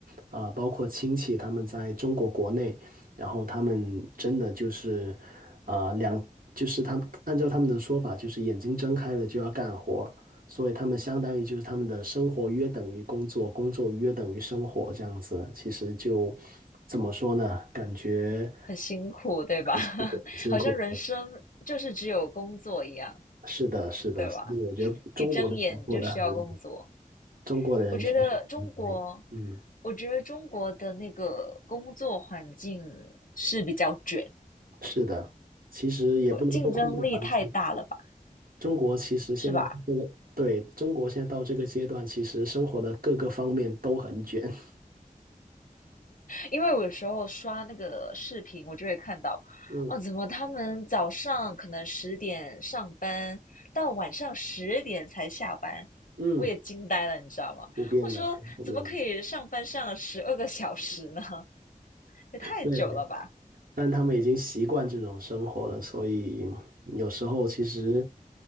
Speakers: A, on the right; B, on the left.
A: 啊、呃包括亲戚，他们在中国国内，然后他们真的就是啊、呃两。就是他们按照他们的说法，就是眼睛睁开了就要干活，所以他们相当于就是他们的生活约等于工作，工作约等于生活这样子。其实就怎么说呢？感觉
B: 很辛苦，对吧？
A: 很辛苦，
B: <laughs>
A: 很辛苦。
B: 好像人生就是只有工作一样，
A: 是的，是的，
B: 对吧？
A: 所以我觉得中国的人过得很，
B: 一睁眼就需要工作。
A: 中国的人确实很累。
B: 我觉得中国，
A: 嗯，
B: 我觉得中国的那个工作环境是比较卷，
A: 是，其实也不能说工作环境，
B: 对，竞争力太大了吧，
A: 中国其实现在这个，
B: 是吧？
A: 对，中国现在到这个阶段，其实生活的各个方面都很卷。<laughs>
B: 因为我有时候刷那个视频，我就会看到，
A: 嗯
B: 哦，怎么他们早上可能十点上班，到晚上十点才下班，
A: 嗯，
B: 我也惊呆了，你知道吗？
A: 普遍的，
B: 我说怎么可以上班上十二个小时呢？
A: 很普遍的。
B: <laughs> 也太久了吧？
A: 对，但他们已经习惯这种生活了，所以有时候其实